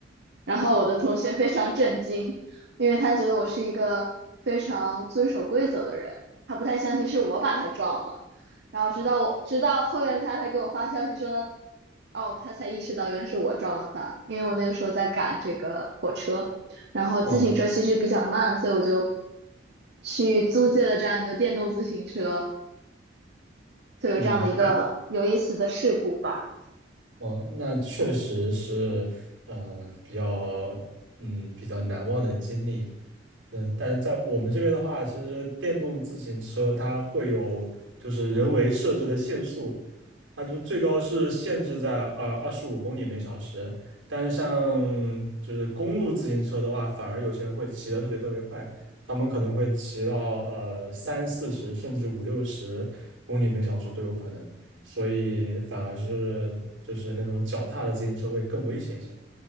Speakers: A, on the right (about 60°); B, on the right (about 85°).
A: 然后我的同学非常震惊，因为他觉得我是一个非常遵守规则的人，他不太相信是我把他撞了。然后直到我直到后面他才给我发消息说他，哦，他才意识到原来是我撞了他，因为我那个时候在赶这个火车，然后自行车其实比较慢，
B: 哦，
A: 所以我就去租借了这样一个电动自行车，所以有这样的一个有意思的事故吧。
B: 嗯，哦，那确实是，呃，比较，嗯，比较难忘的经历。嗯，但是在我们这边的话，其实电动自行车它会有就是人为设置的限速，它就是最高是限制在呃二十五公里每小时。但是像就是公路自行车的话，反而有些人会骑得特别特别快，他们可能会骑到呃三四十甚至五六十公里每小时都有可能。所以反而是就是那种脚踏的自行车会更危险一些。